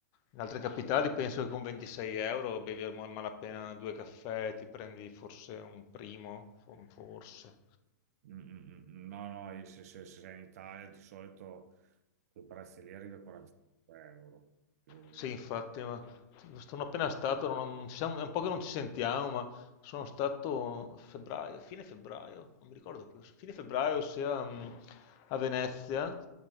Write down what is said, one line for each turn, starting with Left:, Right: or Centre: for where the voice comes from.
Left: In altre capitali penso che con 26 euro bevi a malapena due caffè, ti prendi forse un primo, forse.
Right: Mm, mm, mm. No, no, e se, se- se sei in Italia di solito quei prezzi lì arriva a 45 euro. Quindi-
Left: Sì, infatti, ma sono appena stato, non, non ci siamo- è un po' che non ci sentiamo, ma sono stato a febbraio, fine febbraio, non mi ricordo più, fine febbraio sia mm, a Venezia,